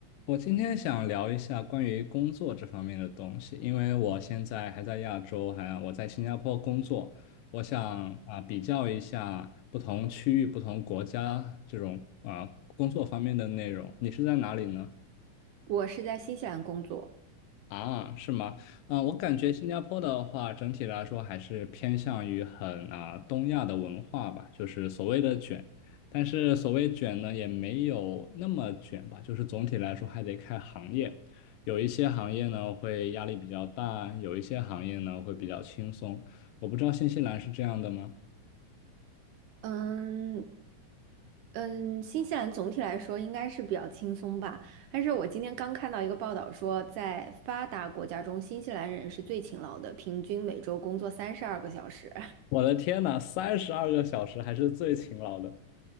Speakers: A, on the left; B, on the right.
A: 我今天想聊一下关于工作这方面的东西，因为我现在还在亚洲，还我在新加坡工作，我想啊比较一下不同区域、不同国家这种啊工作方面的内容。你是在哪里呢？
B: 我是在新西兰工作，
A: 啊，是吗？嗯、我感觉新加坡的话，整体来说还是偏向于很啊东亚的文化吧，就是所谓的卷，但是所谓卷呢，也没有那么卷吧，就是总体来说还得看行业，有一些行业呢会压力比较大，有一些行业呢会比较轻松。我不知道新西兰是这样的吗？
B: 嗯嗯，新西兰总体来说应该是比较轻松吧。但是我今天刚看到一个报道说，在发达国家中，新西兰人是最勤劳的，平均每周工作三十二个小时。
A: 我的天呐，三十二个小时还是最勤劳的，